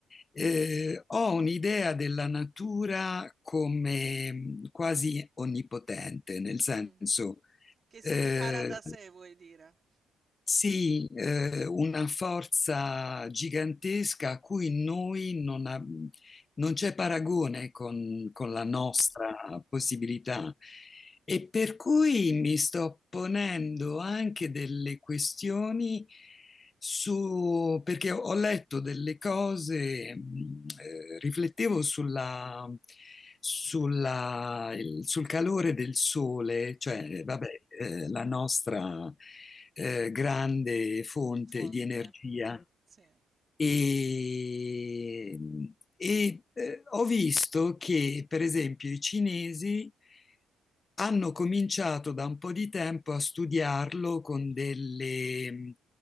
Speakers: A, on the left (about 35°); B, on the right (about 40°).
A: eh, ho un'idea della natura come quasi onnipotente, nel
B: Mm.
A: senso...
B: Che si
A: eh,
B: ripara da sé, vuoi dire?
A: sì, eh, una forza gigantesca a cui noi non, ab- non c'è paragone con, con
B: Mhm,
A: la nostra possibilità. E per cui mi sto ponendo anche delle questioni su, perché ho ho letto delle cose, mh, eh, riflettevo sulla, sulla- il- sul calore del sole, cioè,
B: mhm.
A: vabbè, eh, la nostra eh, grande fonte
B: Fonte.
A: di energia.
B: Sì.
A: E, e, eh, ho visto che, per esempio, i cinesi hanno cominciato da un po' di tempo a studiarlo con delle,